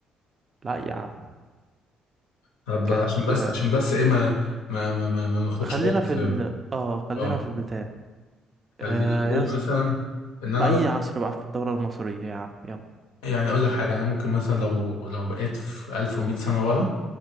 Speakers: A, on the right (about 40°); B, on the left (about 85°).
A: لا يا عم
B: طب
A: كانت
B: عشان بس عشان بس ايه ما ما ما ما, ما نخرجش
A: خلينا
B: بره
A: في
B: خيرنا
A: ال اه خلينا
B: اه
A: في البتاع
B: خلينا
A: آه
B: نقول
A: يا اسطى
B: مثلا ان انا
A: في أي عصر بقى في الدولة المصرية يا عم يلا
B: يعني اقول لك حاجه انا ممكن مثلا لو لو بقيت في 1100 سنه ورا